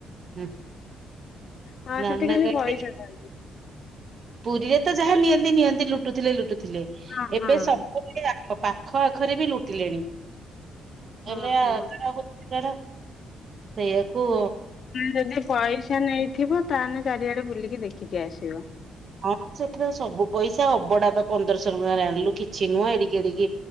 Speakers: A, on the right (about 50°); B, on the left (about 55°).
A: ହଁ
B: ହଁ
A: ନାନା
B: ସେଠି ଖାଲି
A: କାକି
B: ପଇସା ଦେବେ
A: ପୁରୀରେ ତ ଯାହା ନିଅନ୍ତି ନିଅନ୍ତି ଲୁଟୁଥିଲେ ଲୁଟୁଥିଲେ
B: ହଁ
A: ଏବେ
B: ହଁ।
A: ସବୁ ପାଖ ଆଖରେ ବି ଲୁଟିଲେଣି
B: ହଁ
A: ହେଲେ
B: ହଁ।
A: ଛାଡ଼ ସେଇଆାକୁ
B: ଯଦି ପଇସା ନେଇଥିବ ତାହେଲେ ଚାରିଆଡେ ବୁଲିକି ଦେଖିକି ଆସିବ।
A: ହଁ ସେଠ ତ ସବୁ ପଇସା ଅବଢଡା ତ ପନ୍ଦରଶହ ଟଙ୍କା ଆଣିଲୁ କିଛି ନୁହଁ ଏଡିକି ଏଡିକି।